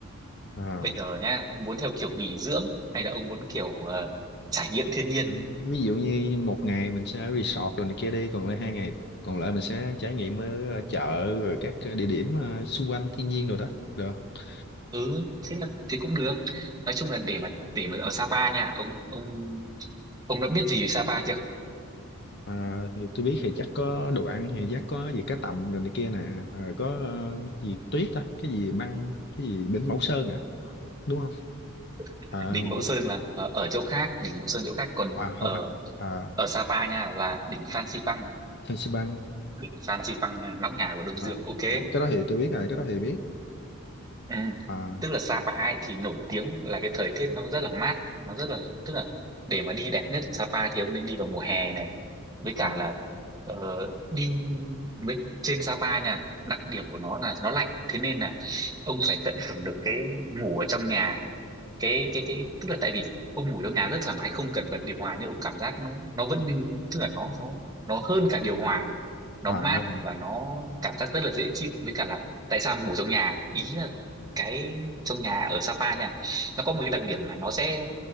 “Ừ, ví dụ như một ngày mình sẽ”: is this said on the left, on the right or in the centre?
Left